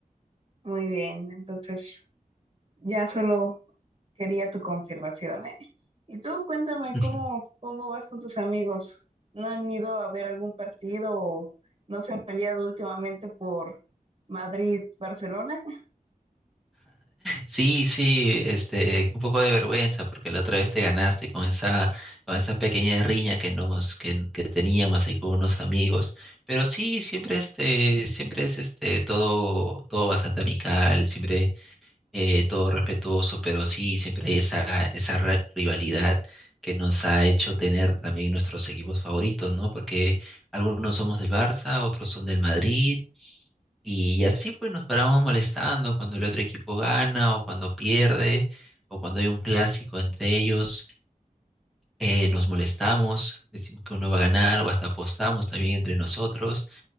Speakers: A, on the right (about 40°); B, in the centre.
A: Muy bien, entonces ya solo quería tu confirmación, ¿eh? Y tú cuéntame
B: <laughs>
A: cómo, cómo vas con tus amigos. ¿No han ido a ver algún partido o no se han peleado últimamente por Madrid-Barcelona?
B: Sí, sí, este, un poco de vergüenza porque la otra vez te ganaste con esa, con esa pequeña riña que nos, que, que teníamos ahí con unos amigos. Pero sí, siempre este, siempre es este, todo, todo bastante amical, siempre eh, todo respetuoso, pero sí, siempre hay esa, esa ra- rivalidad que nos ha hecho tener también nuestros equipos favoritos, ¿no? Porque algunos somos del Barça, otros son del Madrid Y así pues nos parábamos molestando cuando el otro equipo gana o cuando pierde o cuando hay un clásico entre ellos, eh, nos molestamos, decimos que uno va a ganar o hasta apostamos también entre nosotros